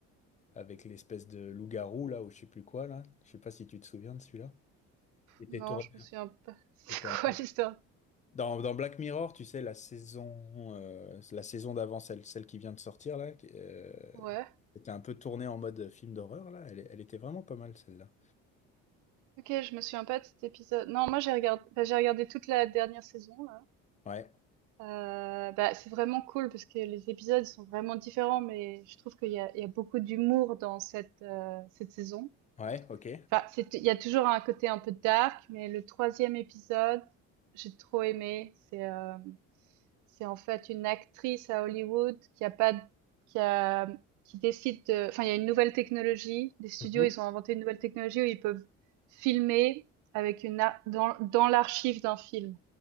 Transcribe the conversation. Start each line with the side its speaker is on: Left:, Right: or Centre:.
Left: avec l'espèce de loup-garou là ou je sais plus quoi là. Je sais pas si tu te souviens de celui-là. Qui était
Right: non,
Left: tourné,
Right: je me souviens pas. <laughs> C'est
Left: qui était
Right: quoi
Left: un
Right: l'histoire?
Left: Dans, dans Black Mirror, tu sais, la saison, euh, la saison d'avant, celle, celle qui vient de sortir là, qui, euh,
Right: Ouais.
Left: était un peu tournée en mode film d'horreur là. Elle, elle était vraiment pas mal celle-là.
Right: Ok, je me souviens pas de cet épisode. Non, moi j'ai regardé, bah, j'ai regardé toute la dernière saison là.
Left: Ouais,
Right: Euh, bah, c'est vraiment cool parce que les épisodes ils sont vraiment différents, mais je trouve qu'il y a, il y a beaucoup d'humour dans cette euh, cette saison.
Left: ouais, ok.
Right: Enfin, c'est, il y a toujours un côté un peu dark, mais le troisième épisode, j'ai trop aimé. C'est euh, C'est en fait une actrice à Hollywood qui a pas, d- qui a, qui décide de, enfin, il y a une nouvelle technologie. Les studios,
Left: Mhm.
Right: ils ont inventé une nouvelle technologie où ils peuvent filmer avec une, a- dans, dans l'archive d'un film.